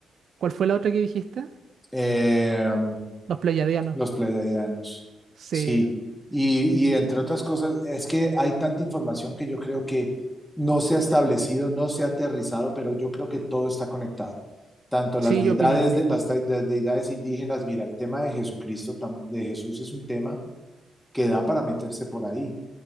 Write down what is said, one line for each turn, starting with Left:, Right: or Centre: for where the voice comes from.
Right: ¿Cuál fue la otra que dijiste?
Centre: Eh,
Right: Los pleiadianos.
Centre: los pleiadianos,
Right: Sí,
Centre: sí. Y, y entre otras cosas, es que hay tanta información que yo creo que no se ha establecido, no se ha aterrizado, pero yo creo que todo está conectado. Tanto las
Right: sí,
Centre: deidades
Right: yo opino lo mismo.
Centre: de las, de- las deidades indígenas, mira, el tema de Jesucristo, tam- de Jesús es un tema que da para meterse por ahí.